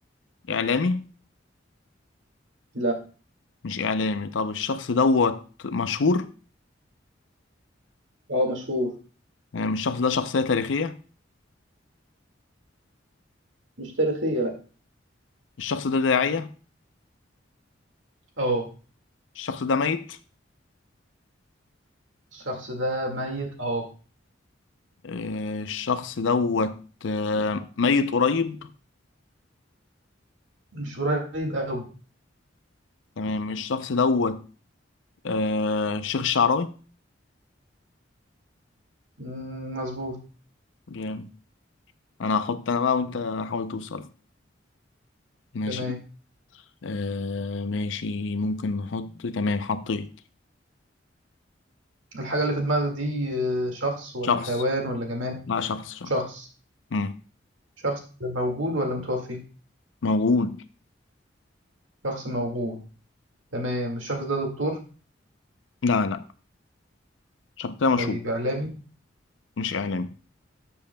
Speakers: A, on the left; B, on the right.
A: اعلامي
B: لا
A: مش اعلامي طب الشخص دوت مشهور
B: هو مشهور
A: يعني مش الشخص ده شخصيه تاريخيه
B: مش تاريخية لا
A: الشخص ده داعيه
B: اه
A: الشخص ده ميت
B: الشخص ده ميت اه
A: آه، الشخص دوت آه، ميت قريب
B: مش قريب قوي
A: تمام الشخص دوت آه، شيخ الشعراوي
B: مم، مظبوط
A: جامد انا هحط انا بقى وانت حاول توصل ماشي
B: تمام
A: آه ماشي ممكن نحط تمام حطيت
B: الحاجة اللي في دماغك دي آه، شخص ولا
A: شخص
B: حيوان ولا جماد
A: لا شخص شخص
B: شخص
A: مم.
B: شخص موجود ولا متوفي
A: موجود
B: شخص موجود تمام الشخص ده دكتور
A: لا لا شخصية مشهور
B: طيب إعلامي
A: مش إعلامي